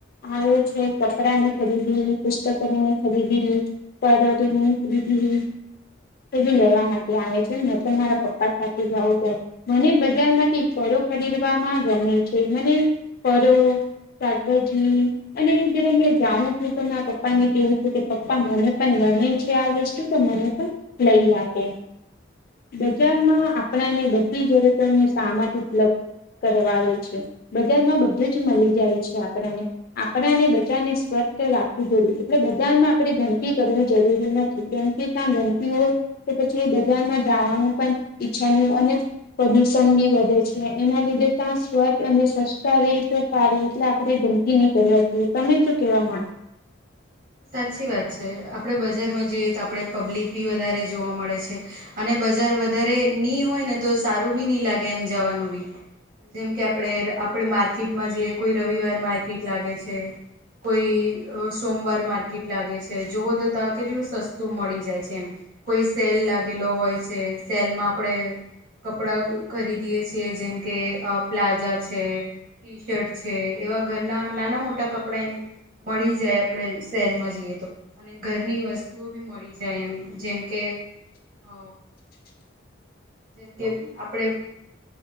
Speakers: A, on the left (about 45°); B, on the right (about 45°).
A: આવે છે કપડા ને ખરીદી રી પુસ્તક નહી ખરીદી પર નહી ખરીદી એ લેવા માટે આવે છે ન તો મારા પપ્પા સાથે જઉં છું મને બજાર માંથી ખરીદવામાં ગમે છે મને ફળો શાકભાજી અને જયારે મેં જાઉં હું તો મા પપ્પા ને કેવું છેું કે પપ્પા મને પણ ગમે છે આ વસ્તુ તો મને પણ લઈ આપે. બજારમાં આપણાને બધી જરૂરતો નો સામાન ઉપલબ્ધ કરવાવે છે બજારમાં બધું જ મળી જાય છે આપણાને આપણાને બજારને સ્વચ્છ રાખવું જોડ એટલે બધામાં આપડે ગંદકી કરવું જરૂરી નથી કેમ કે ત્યાં ગંદકી હોય પછી બજારમાં જવાનું પણ ઈચ્છા નુ અને પ્રદુષણ બી વધે છે એના લીધે સ્વછતા અને સસ્તા રે છે સારી એટલે આપણે ગંદકી નહી કરવા જોઈએ તમે શું કેવા માગો.
B: સાચી વાત છે આપડે બજારમાં જોઈએ તો આપડે પબ્લિક બી વધારે જોવા મળે છે અને બજાર વધારે નહી હોય ને તો સારું બી નહિ લાગે એમ જવાનું બી. જેમ કે આપણે આપડે આપડે માર્કેટમાં જે કોઈ રવિવાર માર્કેટ લાગે છે. કોઈ સોમવાર માર્કેટ લાગે છે જો તોતા કેટલું સસ્તું મળી જાય છે એમ કોઈ સેલ લાગેલો હોય સેલમાં આપણેે કપડા ખરીદી એ છીએ જેમ કે પ્લાઝા છે ટી શર્ટ છે. એવા ઘરના નાના મોટા કપડા એમ મળી જાય આપણેે સેલમાં જઈએ તો અને ઘરની વસ્તુઓ બી મળી જાય એમ જેમ કે
A: <inaudible>
B: અ જેમ કે આપડે